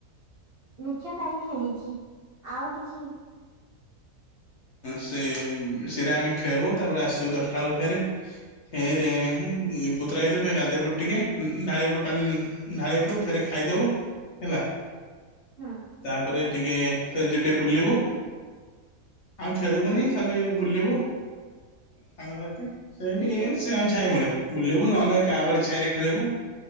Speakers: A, on the right; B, on the left.
A: ଲୁଚ କାଳି ଖେଳିଛି। ଆଉ କିଛି
B: ସେ ସେରା ଆମେ ଖେଳିବୁ ତାପରେ ଆସିବୁ ଦଶଟା ବେଳକୁ ଫେରେ। ହେ ରେ କୁତୁରା ହେଇଥିବେ ଗାନ୍ଧେଇ ପଡ଼ିବୁ ଟିକେ ଢାଳିହେଇପଡୁ ପାଣି। ଢାଳି ହେଇପଡ଼ିବୁ ଫେରେ ଖାଇଦବୁ ହେଲା।
A: ହୁଁ
B: ତାପରେ ଟିକେ ଖେଳ ଛୁଟିରେ ବୁଲିବୁ। ଆଉ ଖେଳିବୁନି, ଖାଲି ବୁଲିବୁ ସାଙ୍ଗସାଥି। ସେଇଟି ଏ, ସେ ଛାଇ ମୁଳେ ବୁଲିବୁ, ନହେଲେ କାଆ ବାଡି ଛାଇରେ ଖେଳିବୁ।